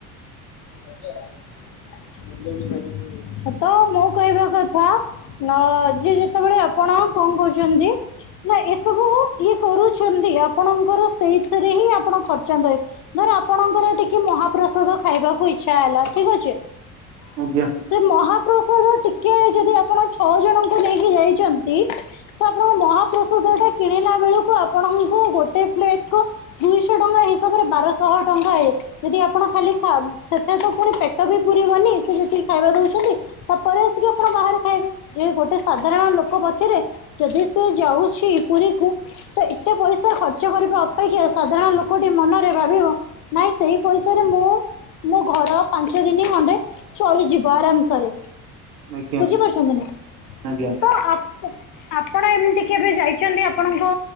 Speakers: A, on the left; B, on the right.
A: ତ ମୁଁ କହିବା କଥା ନ ଯିଏ ଯେତେବେଳେ ଆପଣ କଣ କହୁଛନ୍ତି? ନା ଏସବୁ ଇଏ କରୁଛନ୍ତି ଆପଣଙ୍କର ସେଇ ରେ ହିଁ ଆପଣ ଖର୍ଚ୍ଚନ୍ତ ଧର ଆପଣଙ୍କର ଟିକେ ମହାପ୍ରସାଦ ଖାଇବାକୁ ଇଛା ହେଲା ଠିକ ଅଛି।
B: ଆଜ୍ଞା।
A: ସେ ମହାପ୍ରସାଦ ଟିକେ ଯଦି ଆପଣ ଛଅ ଜଣଙ୍କୁ ନେଇକି ଯାଇଛନ୍ତି ତ ଆପଣଙ୍କ ମହାପ୍ରସୁଟା କିଣିଲା ବେଳକୁ ଆପଣଙ୍କୁ ଗୋଟେ ପ୍ଲେଟ କୁ ଦୁଇଶହ ଟଙ୍କା ହିସାବରେ ବାରଶହ ଟଙ୍କା ହେ ଯଦି ଆପଣ ଖାଲି ସେଥିରେ ତ ପୁଣି ପେଟ ବି ପୁରିବନି ସେ ଯେତିକି ଖାଇବା ଦଉଛନ୍ତି ତାପରେ ଆସିକି ଆପଣ ବାହାରେ ଖାଇବେ ଯେ ଗୋଟେ ସାଧାରଣ ଲୋକ ପାଖରେ ଯଦି ସେ ଯାଉଛି ପୁରୀ କ ତ ଏତେ ପଇସା ଖର୍ଚ୍ଚ କରିବା ଅପେକ୍ଷା ସାଧାରଣ ଲୋକଟି ମନରେ ଭାବିବ ନାଇଁ ସେଇ ପଇସାରେ ମୁଁ ମୋ ଘର ପାଞ୍ଚ ଦିନ ଖଣ୍ଡେ ଚଳିଯିବ ଆରାମସରେ
B: ଆଜ୍ଞା
A: ବୁଝିପାରୁଛନ୍ତିନି
B: ଆଜ୍ଞା
A: ତ ଆପଣ ଏମିତି କେବେ ଯାଇଛନ୍ତି ଆପଣଙ୍କ